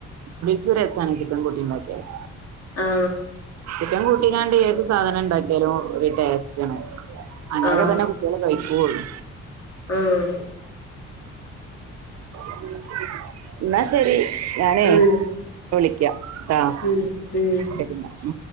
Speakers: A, on the right; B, on the left.
A: നൂഡിൽസ് രസാണ് ചിക്കൻ കുട്ടിണ്ടാക്കിയാല്
B: ആ
A: ചിക്കൻ കൂട്ടിങ്ങാണ്ട് ഏത് സാധനം ണ്ടാക്കിയാലും ഒരു ടേസ്റ്റാണ്. അങ്ങനൊക്കെ
B: ആഹ്
A: തന്നെ കുട്ട്യാള് കഴി പോവൊള്ളു
B: ആഹ്
A: ഉം എന്നാ ശരി ഞാനേ
B: ഉം
A: വിളിക്കാം ട്ടാശരി
B: ഉം ഉം
A: ന്നാ ഉ